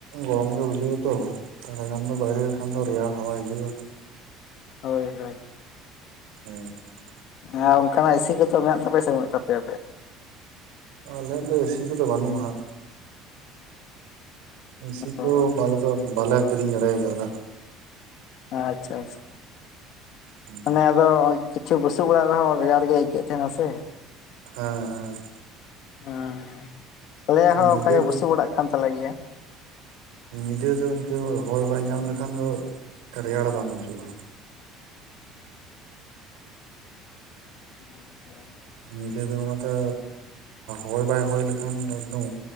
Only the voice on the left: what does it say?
ᱦᱳᱭ-ᱦᱳᱭ
ᱟᱸ ᱚᱱᱠᱟᱱᱟᱜ ᱮᱥᱤ ᱠᱚ ᱫᱚ ᱢᱮᱱᱟᱜ ᱛᱟᱯᱮᱭᱼᱟ, ᱥᱮ ᱵᱟᱹᱱᱩᱜ ᱛᱟᱯᱮᱭᱟ᱾
ᱚ
ᱟᱪᱪᱷᱟ ᱼ ᱟᱪᱪᱷᱟ
ᱢᱟᱱᱮ ᱟᱫᱚ ᱠᱤᱪᱷᱩ ᱵᱩᱥᱩᱵ ᱚᱲᱟᱜ ᱨᱮᱦᱚᱸ, ᱨᱮᱭᱟᱲ ᱜᱮ ᱟᱹᱭᱠᱟᱹᱜ ᱛᱟᱦᱮᱱᱟ ᱥᱮ᱾
ᱦᱟᱸ ᱟᱞᱮᱭᱟᱼᱜ ᱦᱚᱸ
ᱚᱱᱠᱟ ᱜᱮ ᱵᱩᱥᱩᱵ ᱚᱲᱟᱜ ᱠᱟᱱ ᱛᱟᱞᱮ ᱜᱮᱭᱟ᱾
<inaudible>